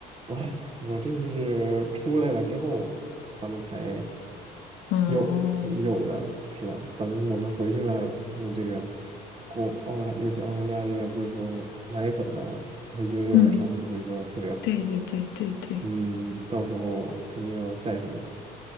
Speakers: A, on the right; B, on the left.
A: 哎呀，我这是出来了之后，他们才
B: 嗯
A: 有有的，是的。等我们回去了，那这个国澳大，尤其澳大利亚这边不是说奶粉呢，还有婴幼儿产品不是说特别好，
B: 嗯，对对对对对，
A: 嗯，嗯嗯到时候肯定要带上一起。